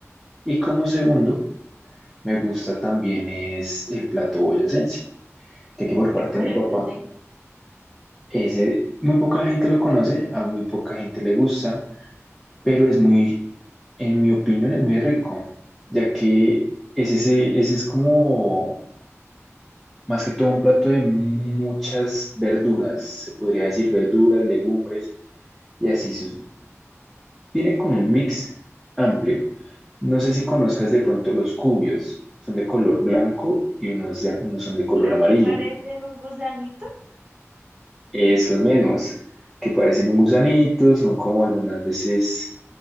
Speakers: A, in the centre; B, on the right.
A: Y como segundo, me gusta también es el plato boyacense, ya que por parte
B: ¿Y cuáles
A: de mi papá,
B: dicen?
A: ese muy poca la gente lo conoce, a muy poca gente le gusta, pero es muy, en mi opinión, es muy rico, ya que es ese, ese es como más que todo un plato de muchas verduras, se podría decir verduras, legumbres, y así sus- viene con un mix amplio. No sé si conozcas de pronto los cubios. Son de color blanco y unos, de- unos son de color
B: Los
A: amarillo.
B: que parecen un gusanito.
A: Esos mismos, que parecen un gusanito, son como algunas veces